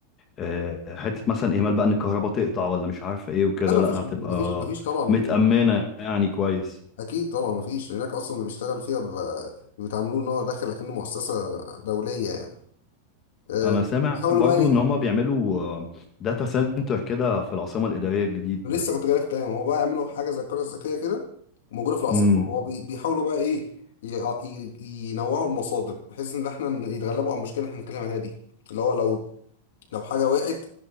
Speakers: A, on the left; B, on the left.
A: آه، حته مثلا اهمال بقى ان الكهرباء تقطع ولا مش عارف ايه وكده
B: لا
A: لا
B: مفيش
A: هتبقى
B: مفيش مفيش طبعا
A: متامنه يعني كويس
B: اكيد طبعا مفيش هناك اصلا اللي بيشتغل فيها بيبقى بيتعاملوه ان هو داخل اكنه مؤسسه دوليه يعني آه،
A: انا سامع
B: بيحاولوا
A: برضو
B: بقى
A: ان هما بيعملوا داتا سنتر كده في العاصمة الإدارية الجديدة
B: لسه كنت جاي في كلام هو بقى يعملوا حاجه زي القريه الذكيه كده وموجوده في العاصمه
A: امم
B: هو بي- بيحاولوا بقى ايه ي- ي- ينوعوا المصادر بحيث ان احنا ن- يتغلبوا على المشكله اللي احنا بنتكلم عليها دي اللي هو لو لو حاجه وقعت